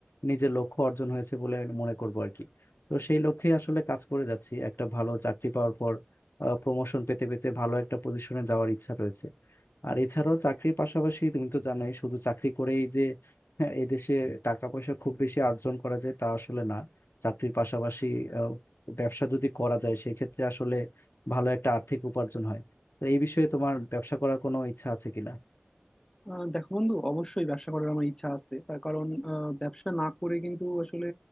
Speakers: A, on the left (about 75°); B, on the left (about 15°).
A: নিজের লক্ষ্য অর্জন হয়েছে বলে মনে করবো আর কি তো সেই লক্ষ্যে আসলে কাজ করে যাচ্ছি একটা ভালো চাকরি পাওয়ার পর প্রমোশন পেতে পেতে ভালো একটা পজিশনে যাওয়ার ইচ্ছা রয়েছে আর এছাড়াও চাকরির পাশাপাশি তুমি তো জানোই শুধু চাকরি করেই যে হ্যাঁ, এদেশে টাকা পয়সা খুব বেশি অর্জন করা যায় তা আসলে না চাকরির পাশাপাশি আহ, ব্যবসা যদি করা যায় সেক্ষেত্রে আসলে ভালো একটা আর্থিক উপার্জন হয় তো এই বিষয়ে তোমার ব্যবসা করার কোনো ইচ্ছা আছে কিনা
B: আহ দেখো বন্ধু অবশ্যই ব্যবসা করার আমার ইচ্ছা আছে তার কারণ আহ, ব্যবসা না করে কিন্তু আসলে